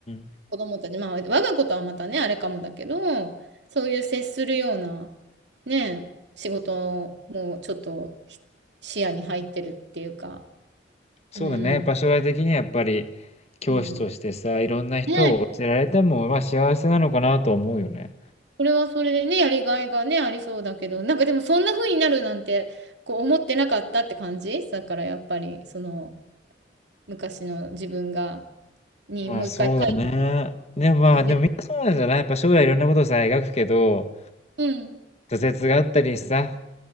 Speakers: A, on the left; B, on the right.
A: ん。
B: 子供たち、まあ我が子とはまたね、あれかもだけど、そういう接するような、ね、仕事もちょっとひ視野に入ってるっていうか、
A: そうだね。
B: うん、
A: 場所が的にはやっぱり教師としてさ、
B: うん。
A: いろんな人を教えられても、
B: ね、
A: まあ幸せなのかなとは思うよね。
B: それはそれでね、やりがいがね、ありそうだけど、なんかでもそんな風になるなんて、こう思ってなかったって感じだからやっぱり、その、昔の自分が、にもう一回書い
A: まあそうだね。でもまあ、
B: て、
A: でもみんなそうなんじゃないやっぱ将来いろんなことをさ、描くけど、
B: うん、
A: 挫折があったりさ、